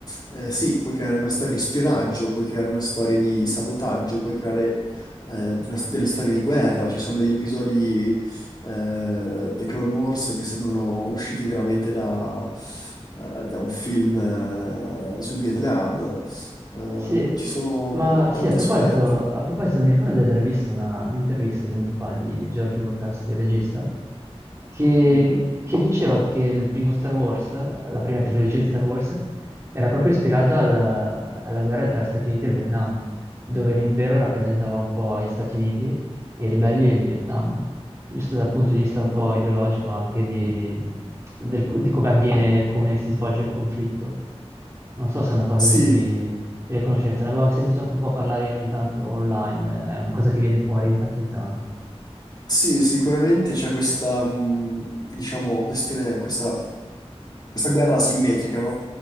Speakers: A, on the left; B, on the right.
A: eh, sì, puoi creare una storia di spionaggio, puoi creare una storia di sabotaggio, puoi creare eh, una- delle storie di guerra, ci sono degli episodi eh, The Clone Wars che sembrano usciti veramente da, eh, da un film eh, sul Vietnam. Ehm,
B: Sì,
A: ci sono
B: ma sì,
A: tanti
B: a proposito,
A: aspetti.
B: a proposito, mi ricordo di aver visto una- un'intervista tempo fa di George Lucas, il regista, che,
A: Mhm.
B: che diceva che il primo Star Wars, la prima trilogia di Star Wars, era proprio ispirata alla, alla guerra tra Stati Uniti e il Vietnam dove l'impero rappresentava un po' gli Stati Uniti e i ribelli il Vietnam, giusto dal punto di vista un po' ideologico anche di, del- di come avviene, come si svolge il conflitto. Non so se è una cosa
A: Sì,
B: di cui io ho conoscenza, ne avevo anche sentito anche un po' parlare ogni tanto online, è una cosa che viene fuori di tanto in tanto.
A: sì, sicuramente c'è questa, mh, diciamo, questione, questa questa guerra asimmetrica, no?